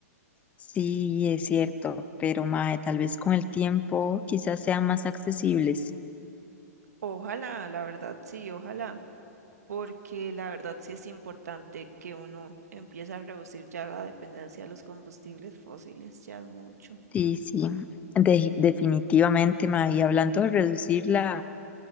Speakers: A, on the left (about 15°); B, on the right (about 80°).
A: Sí, es cierto, pero mae, tal vez con el tiempo quizás sean más accesibles.
B: Ojalá, la verdad sí, ojalá, porque la verdad sí es importante que uno empiece a reducir ya la dependencia de los combustibles fósiles, ya es mucho.
A: Sí, sí, de- definitivamente, mae. Y hablando de reducir la,